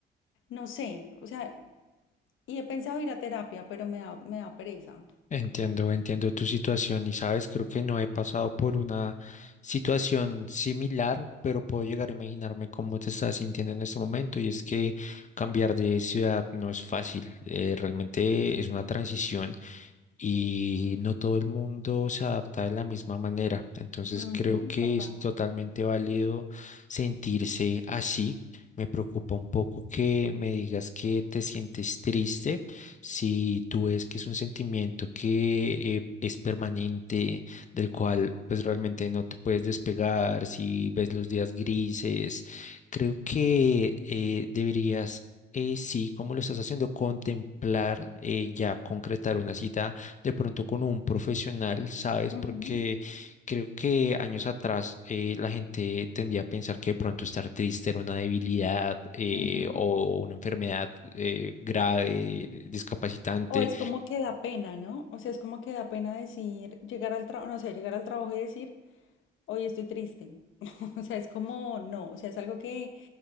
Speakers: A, on the left; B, on the left.
A: No sé, o sea, y he pensado ir a terapia, pero me da, me da pereza.
B: Entiendo, entiendo tu situación y sabes, creo que no he pasado por una situación similar, pero puedo llegar a imaginarme cómo te estás sintiendo en este momento y es que cambiar de ciudad no es fácil, eh, realmente es una transición y no todo el mundo se adapta de la misma manera. Entonces
A: Ujú,
B: creo que
A: total.
B: es totalmente válido sentirse así. Me preocupa un poco que me digas que te sientes triste si tú ves que es un sentimiento que eh, es permanente, del cual pues realmente no te puedes despegar, si ves los días grises. Creo que eh, deberías... eh, sí, como lo estás haciendo, contemplar eh, ya concretar una cita de pronto con un profesional, ¿sabes?
A: Ujú,
B: Porque creo que años atrás eh, la gente tendía a pensar que de pronto estar triste era una debilidad eh,
A: ujú.
B: o una enfermedad eh, grave, discapacitante.
A: O es como que da pena, ¿no? O sea, es como que da pena decir, llegar al trabajo, no sé, llegar al trabajo y decir, hoy estoy triste. <laughs> O sea, es como, no, o sea, es algo que